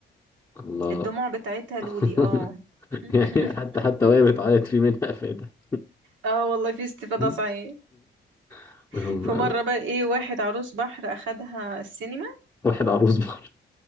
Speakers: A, on the left (about 15°); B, on the right (about 75°).
A: الله
B: الدموع بتاعتها
A: <laughs>
B: لولي اه <laughs>
A: يعني حتى حتى وهي بتعيط في منها فايدة
B: اه والله في استفادة
A: مم.
B: صحيح
A: مم.
B: في مرة
A: <laughs>
B: بقى ايه واحد عروس بحر اخدها السينما
A: واحد عروس بحر